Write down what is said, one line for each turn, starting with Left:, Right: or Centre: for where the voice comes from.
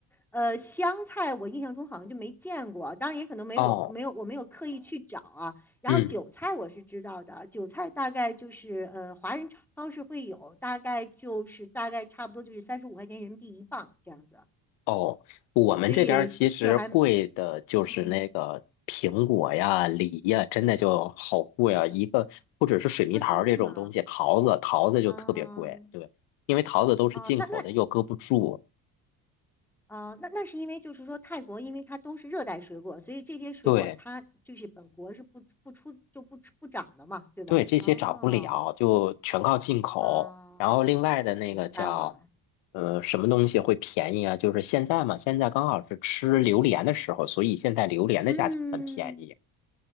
Centre: 呃，香菜我印象中好像就没见过，当然也可能没我没有我没有刻意去找啊。
Left: 哦。
Centre: 然后韭菜我是知道的，
Left: 嗯。
Centre: 韭菜大概就是呃，华人超市会有，大概就是大概差不多就是三十五块钱人民币一磅这样子，
Left: 哦，我们这边儿其实贵的就是那个苹果呀、
Centre: 所以就还嗯
Left: 梨呀，真的就好贵啊！一个不只是水蜜桃儿这种东西，
Centre: 啊，真的吗？
Left: 桃子桃子就特别贵，
Centre: 嗯
Left: 对，因为桃子都是进口的，
Centre: 哦，那那
Left: 又搁不住，
Centre: 呃，那那是因为就是说泰国，因为它都是热带水果，所以这些水果它就是本国是不不出就不不长的嘛，
Left: 对
Centre: 对吧？
Left: 对，这些涨不了，
Centre: 哦
Left: 就全靠进口。
Centre: 哦，
Left: 然后另外的那个叫
Centre: 明白了。
Left: 呃什么东西会便宜啊？就是现在嘛，现在刚好是吃榴莲的时候，所以现在榴莲的价钱很便宜。
Centre: 嗯，